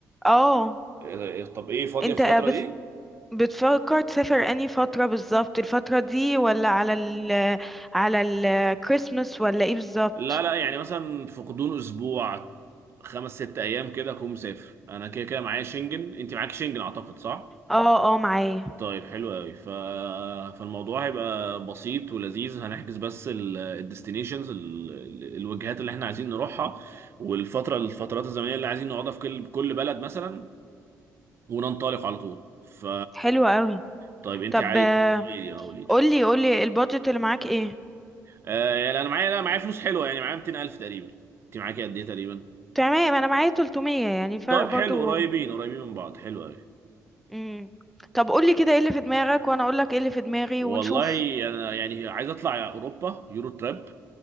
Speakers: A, in the centre; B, on the right (about 45°).
A: اه
B: إيه ده- إيه- طب ايه فاضيه
A: انت
B: في
A: بت-
B: الفتره دي
A: بتفكر تسافر انهي فترة بالظبط الفترة دي ولا على ال على الكريسماس ولا ايه بالظبط
B: لا لا يعني مثلا في غضون اسبوع خمس ست ايام كده اكون مسافر انا كده كده معايا شنجن انت معاك شنجن اعتقد صح
A: اه اه معايا
B: طيب حلو قوي ف... فالموضوع هيبقى بسيط ولذيذ هنحجز بس الديستنيشنز الوجهات اللي احنا عايزين نروحها والفتره الفترات الزمنيه اللي عايزين نقعدها في كل كل بلد مثلا وننطلق على طول ف
A: حلو قوي
B: طيب انت
A: طب
B: عايز
A: آه،
B: قولي لي اه قولي لي
A: قولي قولي البادجت اللي معاك ايه
B: آه يعني انا معايا لا معايا فلوس حلوه يعني معايا 200000 تقريبا انت معاكي قد ايه تقريبا
A: تمام انا معايا 300 يعني فرق
B: طب
A: برضو
B: حلو قريبين قريبين من بعض حلو قوي
A: مم. طب قولي كده ايه اللي في دماغك وانا اقولك ايه اللي في دماغي
B: والله
A: ونشوف
B: انا يعني عايز اطلع اوروبا يورو تراب